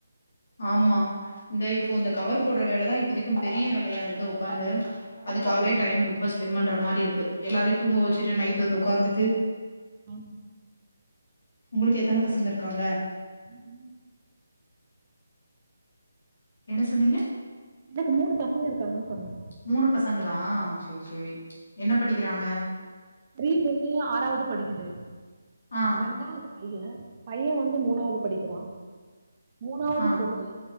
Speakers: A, on the left; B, on the right.
A: ஆமா இந்த இப்போ இந்த கவர் போடுற வேலதா இப்போதிக்கும் பெரிய வேலையா இருக்கு உக்காந்து
B: ஆமா
A: அதுக்காகவே
B: அது
A: டைம் ரொம்ப ஸ்பெண்ட் பண்ற மாரி இருக்கு எல்லாரையு தூங்க வெச்சுட்டு நைட் வந்து உக்காந்துட்டு
B: ஆமா
A: உங்களுக்கு எத்தன பசங்க இருக்காங்க
B: <inaudible>
A: என்ன சொன்னீங்க
B: எனக்கு மூணு பசங்க இருக்காங்கன்னு சொன்ன
A: மூணு பசங்களா செர் செரி என்ன படிக்கிறாங்க
B: பெரிய பொண்ணு ஆறாவது படிக்குது
A: ஆ
B: ரெண்டாவது பைய பையவந்து மூணாவது படிக்கிறா மூணாவது
A: ஆ
B: பொண்ணு